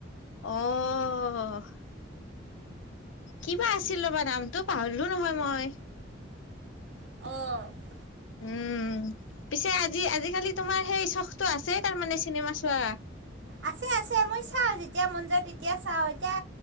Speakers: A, on the left (about 80°); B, on the right (about 70°).
A: অ'। কিবা আছিল ৰ'বা নামটো পাহৰিলোঁ নহয় মই।
B: অ'।
A: উম, পিছে আজি আজিকালি তোমাৰ সেই চখটো আছেই তাৰমানে চিনেমা চোৱা।
B: আছে-আছে মই চাওঁ, যেতিয়া মন যায় তেতিয়া চাওঁ এতিয়া